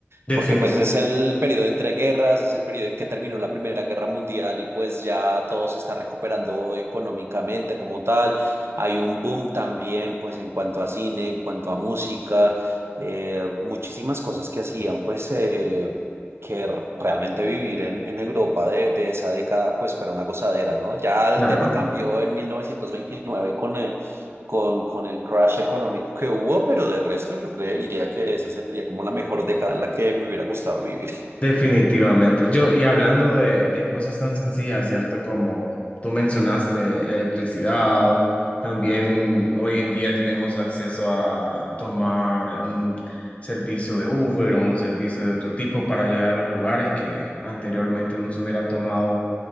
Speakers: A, on the left; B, on the right.
A: Definitivamente,
B: Porque pues es el periodo entre guerras, es el periodo en que terminó la Primera Guerra Mundial y pues ya todo se está recuperando económicamente como tal. Hay un boom también pues en cuanto a cine, en cuanto a música eh, muchísimas cosas que hacían, pues, eh, que r- realmente vivir en, en Europa de, de esa década, pues, fuera una gozadera, ¿no? Ya el
A: claro,
B: tema cambió en 1929 con, eh, con, con el crash económico que hubo, pero de resto yo creería que esa sería como la mejor década en la que me hubiera gustado vivir. <laughs>
A: definitivamente. Yo, y hablando de, de cosas tan sencillas, ¿cierto? Como tú mencionaste, electricidad, también hoy en día tenemos acceso a tomar un servicio de Uber o un servicio de otro tipo para llegar a los lugares que anteriormente no se hubiera tomado